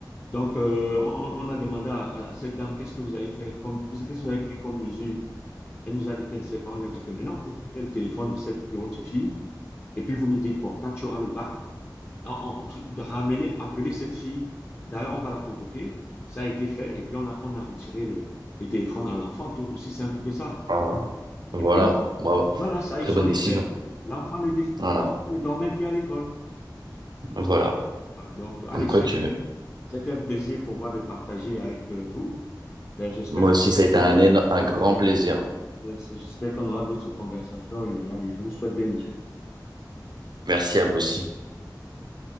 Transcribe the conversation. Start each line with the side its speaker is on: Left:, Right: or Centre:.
Left: Donc, euh, on, on a demandé à, à cette dame, qu'est-ce que vous avez fait, comme, vous- qu'est-ce que vous avez pris comme mesure? Elle nous a dit qu'elle ne sait pas. On lui a dit que maintenant, vous prenez le téléphone de, cette, de votre fille et puis vous lui dites, bon, quand tu auras le bac, on, on- tu- de ramener, appeler cette fille. D'ailleurs, on va la convoquer. Ça a été fait et puis on a, on a retiré le, le téléphone à l'enfant, tout aussi simple que ça.
Right: Ah, voilà.
Left: Et puis,
Right: Bravo.
Left: voilà, ça a
Right: Très
Left: eu son
Right: bonne
Left: effet.
Right: décision.
Left: L'enfant ne, dé-
Right: Voilà.
Left: l'enfant ne dormait plus à l'école.
Right: Voilà.
Left: Voilà, donc, allez,
Right: Comme
Left: ça
Right: quoi
Left: a
Right: que
Left: été, c'était un plaisir pour moi de partager avec euh, vous. Ben, j'espère
Right: moi
Left: qu'on
Right: aussi,
Left: aura
Right: ça a été
Left: d'autres,
Right: un, éno- un grand plaisir.
Left: oui, j'espère qu'on aura d'autres conversations et allez, je vous souhaite bien des choses.
Right: Merci à vous aussi.
Left: Ok?